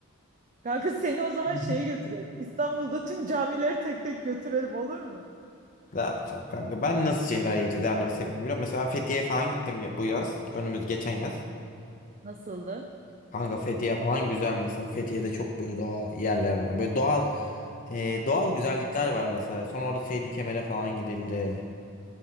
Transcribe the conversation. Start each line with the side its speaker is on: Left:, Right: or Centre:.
Right: Kanka seni o zaman
Left: <laughs>
Right: şeye götürelim. İstanbul'da tüm camileri tek tek götürelim olur mu?
Left: Ne yapacağım kanka? Ben nasıl şeyler yerler seviyorum biliyor musun? Mesela ben Fethiye falan gittim bu yaz. Önümüz geçen yaz.
Right: Nasıldı?
Left: Kanka Fethiye falan güzel mesela. Fethiye'de çok böyle doğal yerler var. Böyle doğal e, doğal güzellikler var mesela. Sonra orada Seydi Kemer'e falan gidildi.